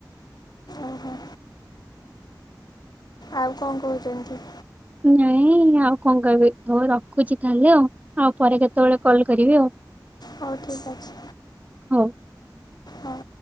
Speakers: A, on the left; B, on the right.
A: ଓହୋ ଆଉ କଣ କହୁଛନ୍ତି?
B: ନାଇଁ ଆଉ କଣ କହିବି ହଉ ରଖୁଛି ତାହଲେ ଆଉ। ଆଉ ପରେ କେତେବେଳେ କଲ୍ କରିବି ଆଉ।
A: ହଉ ଠିକ୍ ଅଛି।
B: ହଉ।
A: ହଉ